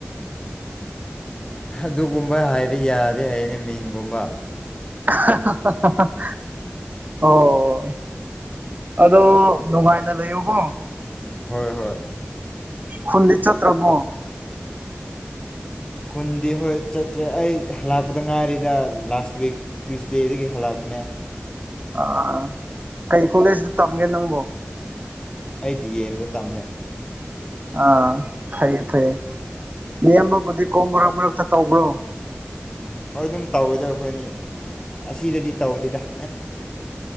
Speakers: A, on the left; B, on the right.
A: ꯑꯗꯨꯒꯨꯝꯕ ꯍꯥꯏꯕ ꯌꯥꯗꯦ ꯍꯥꯏꯌꯦꯅꯦ ꯃꯤꯡꯒꯨꯝꯕ
B: <inaudible> ꯑꯣ ꯑꯗꯣ ꯅꯨꯡꯉꯥꯏꯅ ꯂꯩꯌꯣꯀꯣ
A: ꯍꯣꯏ ꯍꯣꯏ
B: ꯍꯜꯂꯤ ꯆꯠꯇ꯭ꯔꯕꯨꯣ
A: ꯈꯨꯟꯗꯤ ꯍꯣꯏ ꯆꯠꯇ꯭ꯔꯦ ꯑꯩ ꯍꯜꯂꯥꯛꯄꯗ ꯉꯥꯏꯔꯤꯗ ꯂꯥꯁ ꯋꯤꯛ ꯇ꯭ꯋꯏꯁꯗꯦꯗꯒꯤ ꯍꯜꯂꯄ
B: ꯑ ꯀꯩ ꯀꯣꯂꯦꯖꯇ ꯇꯝꯒꯦ ꯅꯪꯕꯣ
A: ꯑꯩ ꯗꯤ ꯑ ꯑꯦꯝꯗ ꯇꯝꯃꯦ
B: ꯑꯥ ꯐꯌꯦ ꯐꯩꯌꯦ ꯅꯦꯝꯕꯕꯨꯗꯤ ꯀꯣꯝꯕ꯭ꯔꯥ ꯃꯔꯛꯇ ꯇꯧꯕ꯭ꯔꯣ
A: ꯍꯣꯏ ꯑꯗꯨꯝ ꯇꯧꯋꯦꯗ ꯑꯩꯈꯣꯏꯅꯤ ꯑꯁꯤꯗꯗꯤ ꯇꯧꯗꯦꯗ